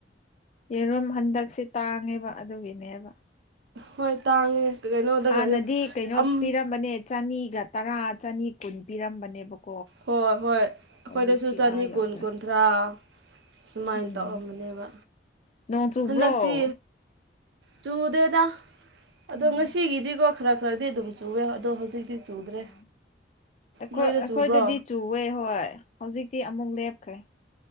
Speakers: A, on the left; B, on the right.
A: ꯌꯦꯔꯨꯝ ꯍꯟꯗꯛꯁꯦ ꯇꯥꯡꯉꯦꯕ ꯑꯗꯨꯒꯤꯅꯦꯕ
B: ꯍꯣꯏ ꯇꯥꯡꯉꯦ ꯀꯩꯅꯣꯗꯒꯁꯦ
A: ꯍꯥꯟꯅꯗꯤ ꯀꯩꯅꯣ
B: ꯑꯝ
A: ꯄꯤꯔꯝꯕꯅꯦ ꯆꯅꯤꯒ ꯇꯔꯥ ꯆꯅꯤ ꯀꯨꯟ ꯄꯤꯔꯝꯕꯅꯦꯕꯀꯣ
B: ꯍꯣꯏ ꯍꯣꯏ ꯑꯩꯈꯣꯏꯗꯁꯨ
A: ꯍꯧꯖꯤꯛꯇꯤ
B: ꯆꯅꯤ
A: ꯑꯥ ꯌꯧꯈ꯭ꯔꯦ
B: ꯀꯨꯟ ꯀꯨꯟ ꯠꯇꯔꯥ ꯁꯨꯃꯥꯏꯅ
A: ꯎꯝ
B: ꯇꯧꯔꯝꯕꯅꯦꯕ
A: ꯅꯣꯡ ꯆꯨꯕ꯭ꯔꯣ
B: ꯍꯟꯗꯛꯇꯤ ꯆꯨꯗꯦꯗ
A: ꯎꯝ
B: ꯑꯗꯣ ꯉꯁꯤꯒꯤꯗꯤꯀꯣ ꯈꯔ ꯈꯔꯗꯤ ꯑꯗꯨꯝ ꯆꯨꯋꯦ ꯑꯗꯣ ꯍꯧꯖꯤꯛꯇꯤ ꯆꯨꯗ꯭ꯔꯦ
A: ꯎꯝꯈꯣꯏ
B: ꯅꯣꯏꯗ
A: ꯑꯩꯈꯣꯏꯗꯗꯤ
B: ꯆꯨꯕ꯭ꯔꯣ
A: ꯆꯨꯋꯦ ꯍꯣꯏ ꯍꯧꯖꯤꯛꯇꯤ ꯑꯃꯨꯛ ꯂꯦꯞꯈ꯭ꯔꯦ